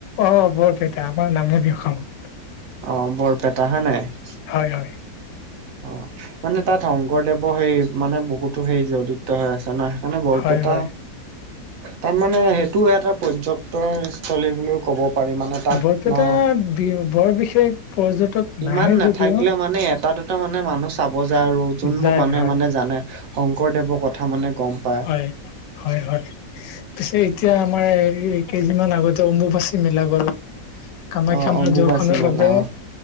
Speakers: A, on the left (about 85°); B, on the right (about 65°).
A: অঁ বৰপেটা আমাৰ নামনি অসমত।
B: অঁ বৰপেটা হয় নাই?
A: হয়, হয়।
B: অ, মানে তাত শংকৰদেৱৰ হেৰি মানে বহুতো সেই জড়িত হৈ আছে ন'। মানে বৰপেট
A: হয় হয়
B: তাত মানে, সেইটো এটা পৰ্য্যটন স্থলী বুলিও ক'ব পাৰি মানে তাত
A: বৰপেটাত
B: না
A: বি বৰ বিশেষ পৰ্যটক
B: সিমান
A: নাহে
B: নাথাকিলেও
A: যদিও
B: মানে এটা দুট্ এটা মানে মানুহ চাব যায় আৰু যোনবোৰ
A: যায়
B: মানুহে
A: হয়
B: মানে জানে শংকৰদেৱৰ কথা মানে গম পায়।
A: হয়, হয়। পিছে এতিয়া আমাৰ এ এই কেইদিনমান আগতে অম্বুবাচী মেলা গ'ল। কামাখ্যা
B: অ'
A: মাৰ
B: অম্বুবাচী
A: দৰ্শনৰ
B: মেলা
A: বাবে
B: অ'।